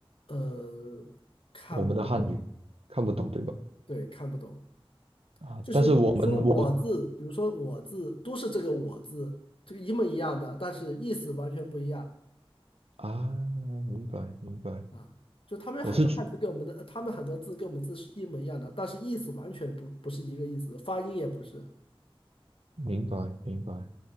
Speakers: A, on the left; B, on the right.
A: 呃看不懂，
B: 我们的汉语看不懂，对吧？
A: 对，看不懂。
B: 啊，
A: 就是比如说我字，
B: 但是我们我们
A: 比如说我字，都是这个我字，这个一模一样的，但是意思完全不一样。
B: 啊，明白明白，
A: 啊，就他们有很多汉字跟我们的，
B: 我是觉
A: 他们很多字跟我们字是一模一样的，但是意思完全不不是一个意思，发音也不是。
B: 明白明白，